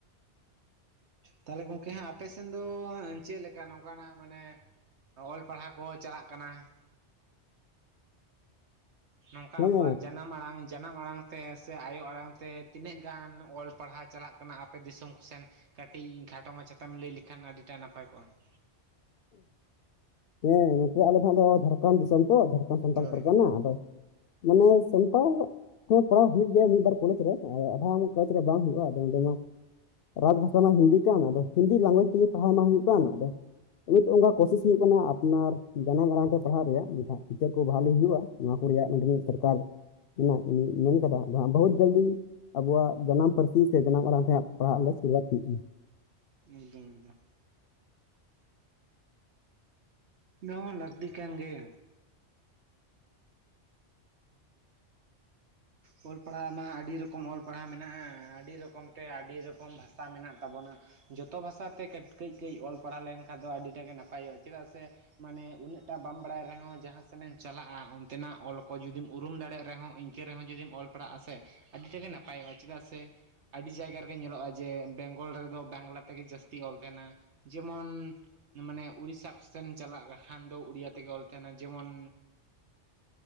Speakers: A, on the right; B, on the left.
A: ᱛᱟᱦᱞᱮ ᱜᱚᱢᱠᱮ ᱦᱟᱸᱜ ᱟᱯᱮ ᱥᱮᱱ ᱫᱚ ᱪᱮᱫᱮ ᱞᱮᱠᱟ ᱱᱚᱝᱠᱟᱱᱟᱜ ᱢᱟᱱᱮ? ᱚᱞ ᱯᱟᱲᱦᱟᱣ ᱠᱚ ᱪᱟᱞᱟᱜ ᱠᱟᱱᱟ ᱾ ᱱᱚᱝᱠᱟ
B: ᱦᱮᱸ
A: ᱟᱵᱚᱣᱟᱜ ᱡᱟᱱᱟᱢ ᱟᱲᱟᱝ ᱡᱟᱱᱟᱢ ᱟᱲᱟᱝ, ᱛᱮ ᱥᱮ ᱟᱭᱳ ᱟᱲᱟᱝ ᱛᱮ ᱛᱤᱱᱟᱹᱜ ᱜᱟᱱ ᱚᱞ ᱯᱟᱲᱦᱟᱣ ᱪᱟᱞᱟᱜ ᱠᱟᱱᱟ ᱟᱯᱮ ᱫᱤᱥᱚᱢ ᱠᱚ ᱥᱮᱱ? ᱠᱟᱹᱴᱤᱡ ᱠᱷᱟᱴᱚ ᱢᱟᱪᱷᱟ ᱛᱮᱢ ᱞᱟᱹᱭ ᱞᱮᱠᱷᱟᱱ ᱟᱹᱰᱤ ᱴᱟᱜ ᱱᱟᱯᱟᱭ ᱠᱚᱜᱼᱟ ᱾
B: ᱦᱮᱸ ᱱᱚᱛᱮ ᱟᱞᱮ ᱫᱚ ᱦᱟᱸᱜ ᱫᱚ ᱡᱷᱟᱲᱠᱷᱚᱸᱰ ᱫᱤᱥᱚᱢ ᱛᱚ ᱡᱷᱟᱲᱠᱷᱚᱸᱰ ᱥᱟᱱᱛᱟᱞ
A: ᱦᱳᱭ
B: ᱯᱟᱨᱜᱟᱱᱟ ᱟᱫᱚ ᱢᱟᱱᱮ ᱥᱟᱱᱛᱟᱞ, ᱦᱮᱸ ᱯᱟᱲᱦᱟᱣ ᱦᱩᱭᱩᱜ ᱜᱮᱭᱟ ᱢᱤᱫ ᱵᱟᱨ ᱠᱚᱞᱮᱡᱽ ᱨᱮ ᱟᱫᱷᱟ ᱟᱱ ᱠᱚᱞᱮᱡᱽ ᱨᱮ ᱵᱟᱝ ᱦᱩᱭᱩᱜᱼᱟ ᱟᱫᱚ ᱚᱸᱰᱮ ᱢᱟ, ᱨᱟᱡᱽ ᱵᱷᱟᱥᱟ ᱢᱟ ᱦᱤᱱᱫᱤ ᱠᱟᱱ ᱟᱫᱚ ᱦᱤᱱᱫᱤ ᱞᱟᱝᱜᱩᱭᱮᱡᱽ ᱛᱮ ᱜᱮ ᱯᱟᱲᱦᱟᱣ ᱢᱟ ᱦᱩᱭᱩᱜ ᱠᱟᱱ, ᱟᱫᱚ ᱱᱤᱛ ᱚᱱᱠᱟ ᱠᱚᱥᱤᱥ ᱦᱩᱭᱩᱜ ᱠᱟᱱᱟ ᱟᱯᱱᱟᱨ ᱡᱟᱱᱟᱢ ᱟᱲᱟᱝ ᱛᱮ ᱯᱟᱲᱦᱟᱜ ᱨᱮᱭᱟᱜ ᱢᱮᱱᱠᱷᱟᱱ ᱴᱤᱪᱟᱹᱨ ᱠᱚ ᱵᱷᱟᱞᱮ ᱦᱩᱭᱩᱜᱼᱟ ᱾ ᱱᱚᱣᱟ ᱠᱚ ᱨᱮᱭᱟᱜ ᱱᱚᱸᱰᱮᱱᱤᱡ ᱥᱚᱨᱠᱟᱨ ᱚᱱᱟ ᱩᱱᱤ ᱢᱮᱱ ᱠᱟᱫᱟ ᱟᱫᱚ ᱦᱟᱸᱜ ᱵᱚᱦᱩᱛ ᱡᱟᱞᱫᱤ, ᱟᱵᱚᱣᱟᱜ ᱡᱟᱱᱟᱢ ᱯᱟᱹᱨᱥᱤ ᱥᱮ ᱡᱟᱱᱟᱢ ᱟᱲᱟᱝ ᱛᱮ ᱯᱟᱲᱦᱟᱜ ᱟᱞᱮ ᱥᱩᱨᱩᱣᱟᱛ ᱛᱮᱦᱮᱫ ᱠᱟᱱᱟ ᱾
A: ᱮᱠᱫᱚᱢ ᱮᱠᱫᱚᱢ, ᱱᱚᱣᱟ ᱦᱚᱸ ᱞᱟᱹᱠᱛᱤ ᱠᱟᱱ ᱜᱮᱭᱟ ᱾ ᱚᱞ ᱯᱟᱲᱦᱟᱣ ᱢᱟ ᱟᱹᱰᱤ ᱨᱚᱠᱚᱢ ᱚᱞ ᱯᱟᱲᱦᱟᱣ ᱢᱮᱱᱟᱜᱼᱟ ᱟᱹᱰᱤ ᱨᱚᱠᱚᱢ ᱚᱞ ᱯᱟᱲᱦᱟᱣ ᱢᱮᱱᱟᱜ-ᱟ ᱟᱹᱰᱤ ᱨᱚᱠᱚᱢ ᱵᱷᱟᱥᱟ ᱢᱮᱱᱟᱜ ᱛᱟᱵᱚᱱᱟ, ᱡᱚᱛᱚ ᱵᱷᱟᱥᱟ ᱛᱮ ᱠᱟᱹᱡ ᱠᱟᱹᱡ ᱚᱞ ᱯᱟᱲᱦᱟᱣ ᱞᱮᱱᱠᱷᱟᱱ ᱫᱚ ᱟᱹᱰᱤ ᱴᱟᱜ ᱜᱮ ᱱᱟᱯᱟᱭᱚᱜᱼᱟ, ᱪᱮᱫᱟᱜ ᱥᱮ ᱢᱟᱱᱮ ᱩᱱᱟᱹᱜ ᱴᱟᱜ ᱵᱟᱢ ᱵᱟᱲᱟᱭ ᱨᱮ ᱦᱚᱸ ᱡᱟᱦᱟᱸ ᱥᱮᱱ ᱮᱢ ᱪᱟᱞᱟᱜᱼᱟ ᱚᱱᱛᱮᱱᱟᱜ ᱚᱞ ᱠᱚ ᱡᱩᱫᱤᱢ ᱩᱨᱩᱢ ᱫᱟᱲᱮᱭᱟᱜ ᱨᱮᱦᱚᱸ, ᱤᱧ ᱠᱮ ᱨᱮᱦᱚᱸ ᱡᱩᱫᱤᱢ ᱚᱞ ᱯᱟᱲᱦᱟᱜᱼᱟ ᱥᱮ ᱟᱹᱰᱤ ᱴᱟᱜᱮ ᱱᱟᱯᱟᱭᱚᱜᱼᱟ ᱪᱮᱫᱟᱜ ᱥᱮ ᱟᱹᱰᱤ ᱡᱟᱭᱜᱟ ᱨᱮᱜᱮ ᱧᱮᱞᱚᱜᱼᱟ ᱡᱮ ᱵᱮᱝᱜᱚᱞ ᱨᱮ ᱫᱚ ᱵᱟᱝᱞᱟ ᱛᱮ ᱜᱮ ᱡᱟᱹᱥᱛᱤ ᱚᱞ ᱛᱟᱦᱮᱱᱟ᱾ ᱡᱮᱢᱚᱱᱻ, ᱢᱟᱱᱮ ᱩᱲᱤᱥᱥᱟ ᱠᱚ ᱥᱮᱱ ᱪᱟᱞᱟᱜ ᱠᱷᱟᱱ ᱫᱚ ᱩᱲᱤᱭᱟ ᱛᱮ ᱜᱮ ᱚᱞ ᱛᱟᱦᱮᱱᱟ ᱡᱮᱢᱚᱱ,